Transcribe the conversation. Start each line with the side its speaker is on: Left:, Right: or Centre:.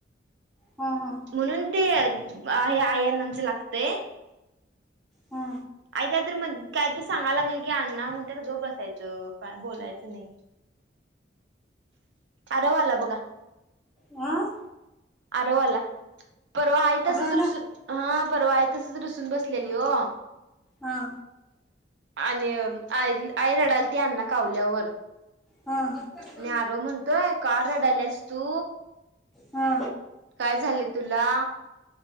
Centre: हा हा
Right: म्हणून ते अ हे आई अण्णाचा लागतंय.
Centre: हा
Right: आई कायतर मग काय तर सांगयला लागलं की, अण्णा म्हणतेत गप बसायचं काय बोलायचं नाही. आरव आला बघा.
Centre: आं
Right: आरव आला परवा आई तसंच
Centre: आरव आला
Right: रुसून हा परवा आई तसच रुसून बसलेली हो.
Centre: हा.
Right: आणि आई आई रडालती अण्णा कावल्यावर
Centre: हां.
Right: आणि आरो म्हणतोय का रडायल्यास तु?
Centre: हा.
Right: काय झाली तुला?